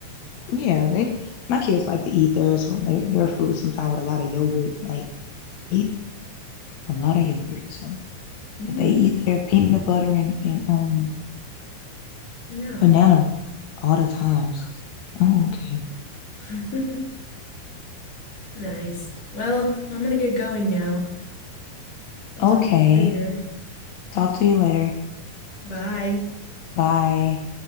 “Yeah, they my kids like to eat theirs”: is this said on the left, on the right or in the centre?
Left